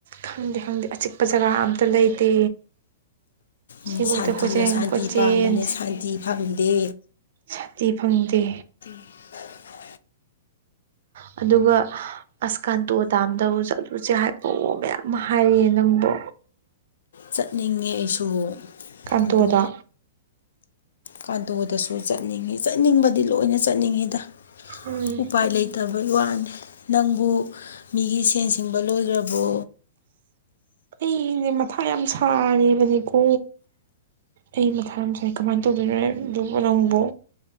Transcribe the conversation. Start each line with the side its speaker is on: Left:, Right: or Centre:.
Right: ꯈꯪꯗꯦ ꯈꯪꯗꯦ ꯑꯆꯤꯛꯄ ꯖꯒꯥ ꯑꯝꯇ ꯂꯩꯇꯦ
Left: ꯎ
Right: ꯁꯤꯐꯧꯗ
Left: ꯁꯥꯟꯇꯤꯅ
Right: ꯀꯣꯏꯆꯦꯟ
Left: ꯁꯥꯟꯇꯤ
Right: ꯀꯣꯏꯆꯦꯟ
Left: ꯄꯥꯝꯕꯅꯦ ꯁꯥꯟꯇꯤ ꯐꯪꯗꯦ
Right: ꯁꯇꯤ ꯐꯪꯗꯦ
Left: <unintelligible>
Right: ꯎ ꯑꯗꯨꯒ ꯑꯁꯀꯥꯟꯇꯣ ꯇꯥꯝꯗꯕꯨ ꯆꯠꯂꯨꯁꯦ ꯍꯥꯏꯕꯣ ꯃꯌꯥꯝ ꯑꯃ ꯍꯥꯏꯔꯤꯦ ꯅꯪꯕꯨ
Left: ꯆꯠꯅꯤꯡꯉꯦ ꯑꯩꯁꯨ
Right: ꯀꯥꯟꯇꯣꯗꯣ
Left: ꯑꯗꯣ ꯀꯥꯟꯗꯣꯗꯁꯨ ꯆꯠꯅꯤꯡꯉꯤꯠ ꯆꯠꯅꯤꯡꯕꯗꯤ ꯂꯣꯏꯅ ꯆꯠꯅꯤꯡꯉꯤꯗ
Right: ꯎꯝ
Left: ꯎꯄꯥꯏ ꯂꯩꯇꯕꯩ ꯋꯥꯅꯤ ꯅꯪꯕꯨ ꯃꯤꯒꯤ ꯁꯦꯟ ꯁꯤꯡꯕ ꯂꯣꯏꯈ꯭ꯔꯕꯣ
Right: ꯑꯩꯅꯦ ꯃꯊꯥ ꯌꯥꯝ ꯁꯥꯔꯤꯕꯅꯤꯀꯣ ꯑꯩ ꯃꯊꯥ ꯑꯃꯁꯁꯥꯏ ꯀꯃꯥꯏꯅ ꯇꯧꯗꯣꯏꯅꯣꯦ ꯑꯗꯨꯕꯨ ꯅꯪꯕꯨ